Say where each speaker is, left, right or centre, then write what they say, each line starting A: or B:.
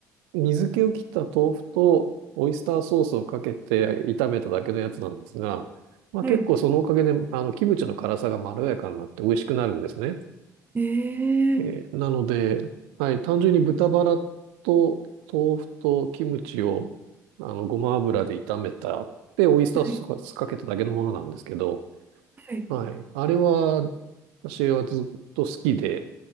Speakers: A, on the right; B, on the right.
A: 水気を切った豆腐とオイスターソースをかけて炒めただけのやつなんですが、まあ、
B: はい、
A: 結構そのおかげで、あの、キムチの辛さがまろやかになって美味しくなるんですね。
B: ええ
A: えーなので、はい、単純に豚バラと豆腐とキムチを、あの、ごま油で炒めた、で、オイスターソースかけただけのものなんですけど、
B: はい、はい、
A: はい、あれは、私はずっと好きで、